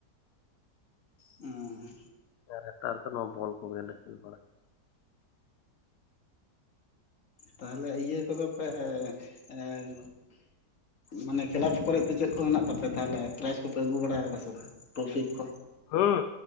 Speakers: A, on the left; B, on the left.
A: ᱦᱩᱸ
B: ᱟᱨ ᱱᱮᱛᱟᱨ ᱫᱚ ᱱᱚᱣᱟ ᱵᱚᱞ ᱠᱚᱜᱮᱞᱮ ᱠᱷᱮᱞ ᱵᱟᱲᱟᱭ ᱾
A: ᱛᱟᱦᱞᱮ ᱤᱭᱟᱹ ᱠᱚᱫᱚ ᱯᱮ ᱮᱸ ᱢᱟᱱᱮ ᱠᱞᱟᱵᱽ ᱠᱚᱨᱮ ᱫᱚ ᱪᱮᱫ ᱠᱚ ᱢᱮᱱᱟᱜ ᱛᱟᱯᱮᱭᱟ ᱛᱟᱦᱞᱮ ᱯᱨᱟᱭᱟᱡᱽ ᱠᱚᱯᱮ ᱟᱹᱜᱩ ᱵᱟᱲᱟ ᱟᱠᱟᱫᱟ ᱥᱮ ᱵᱟ ᱴᱨᱚᱯᱷᱤ ᱠᱚ?
B: ᱦᱩᱸ